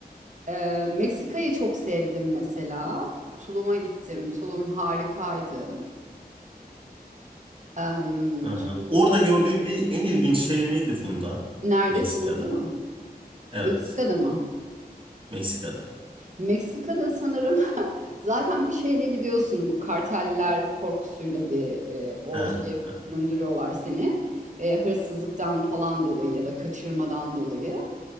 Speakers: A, on the right; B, on the right.
A: E, Meksika'yı çok sevdim mesela. Tulum'a gittim. Tulum harikaydı. Em,
B: aha.
A: Tulum'da,
B: Orada gördüğün en, en ilginç şey neydi Funda?
A: nerede?
B: Meksika'da.
A: Tulum'da mı?
B: Evet,
A: Meksika'da mı?
B: Meksika'da.
A: Meksika'da sanırım <laughs> zaten bir şeyle gidiyorsun bu karteller korkusuyla bir e, o
B: Hı hı,
A: şey süründürüyorlar seni. E, hırsızlıktan falan dolayı ya da kaçırmadan dolayı.